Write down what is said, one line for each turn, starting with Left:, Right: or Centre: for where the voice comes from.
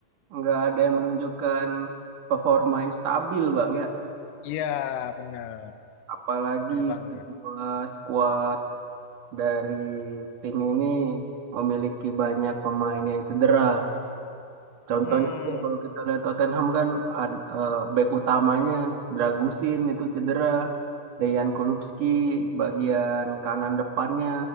Right: nggak ada yang menunjukkan performa yang stabil Bang ya.
Left: Iya, bener.
Right: Apalagi
Left: Bener banget.
Right: kedua skuad dari tim ini memiliki banyak pemain yang cedera. Contohnya
Left: Mm-mm.
Right: ya, kalau kita lihat Tottenham kan ad- eh, back utamanya Dragusin itu cedera, Dejan Kulupski bagian kanan depannya,